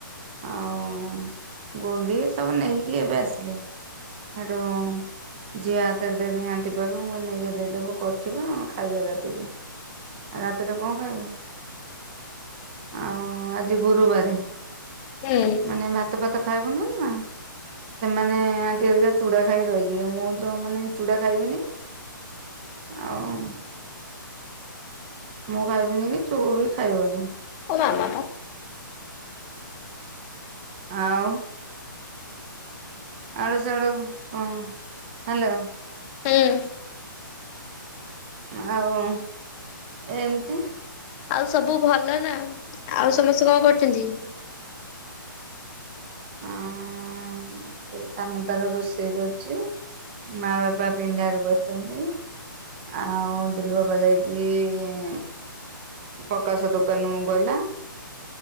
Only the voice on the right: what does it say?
ଆଉ ଗୁଣ୍ଡି ସବୁ ନେଇକି ଏବେ ଆସିଲେ ହେଠୁ ଝିଅ ହାତରେ ଦେଇନି ଆଣ୍ଟି ପାଖକୁ ମୁଁ କହିଲି ନେଇଜା ଦେଇଦବୁ କରିଥିବ ଆମେ ଖାଇବା ରାତି କି। ଆଉ ରାତିରେ କଣ ଖାଇବୁ ଆଉ ଆଜି ଗୁରୁବାରେ?
ମାନେ ଭାତ ଫାତ ଖାଇବୁନୁ ନା। ସେମାନେ ଆଣ୍ଟି ଆରିକା ଚୁଡ଼ା ଖାଇ ରହିଯିବେ ମୁଁ ତ ମାନେ ଚୁଡ଼ା ଖାଇବିନି। ଆଉ ମୁଁ ଖାଇବିନି କି ଚୁଗୁ ବି ଖାଇବନି।
ଆଉ ଆଡୁ ସିଆଡୁ କଣ ହ୍ୟାଲୋ।
ଆଉ ଏମିତି।
ଆ ଆ ସେ ସାନ ତାର ରୋଷେଇ କରୁଛି। ମା ବାପା ପିଢାରେ ବସିଛନ୍ତି। ଆଉ ଦିଲୁ ବାବା ଯାଇଛି ଇଁ ପକାସ ଦୋକାନୁ ଗଲା।